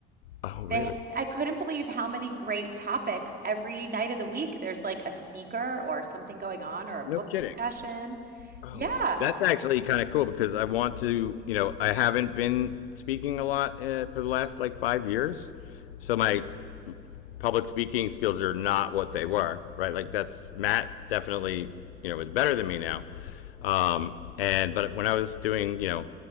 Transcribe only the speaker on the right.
They, I couldn't believe how many great topics every night of the week. There's like a speaker or something going on or a book
discussion.
Yeah,